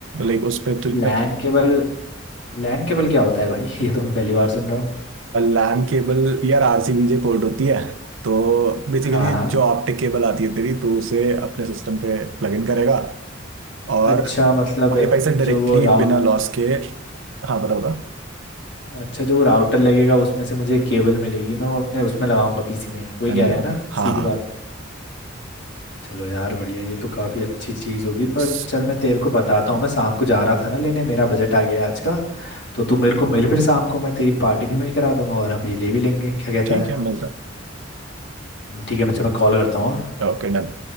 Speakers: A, on the right (about 80°); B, on the left (about 65°).
A: लाइक उस पे तो
B: LAN cable लैन केबल क्या होता है भाई <laughs> ये तो मैं पहली बार सुन रहा हूँ
A: लैन केबल यार आरसीबी पोर्ट होती है तो बेसिकली
B: हाँ हाँ
A: जो ऑप्टिक केबल आती है तेरी तो उसे अपने सिस्टम पे प्लग इन करेगा और
B: अच्छा मतलब
A: वाईफाई से डायरेक्टली
B: जो वो राउट
A: बिना लॉस के हाँ बता बता
B: अच्छा जो वो राउटर लगेगा उसमें से मुझे केबल मिलेगी मैं वो अपने उसमें लगाऊंगा पीसी में वही
A: हाँ
B: कह
A: जी
B: रहा
A: हाँ
B: है
A: जी
B: ना
A: हाँ
B: सीधी
A: हाँ
B: बात चलो यार बढ़िया ये तो काफ़ी अच्छी चीज़ होगी
A: अच्छा
B: पर चल मैं तेरे को बताता हूँ मैं शाम को जा रहा था ना लेने मेरा बजट आ गया आज का तो तू मेरे को मिल फिर शाम को मैं तेरी पार्टी भी मैं करा दूंगा और हम ये ले भी लेंगे क्या कहता
A: ठीक
B: है
A: है मिलता
B: ठीक है मैं चल मैं कॉल करता हूँ हाँ?
A: है ओके डन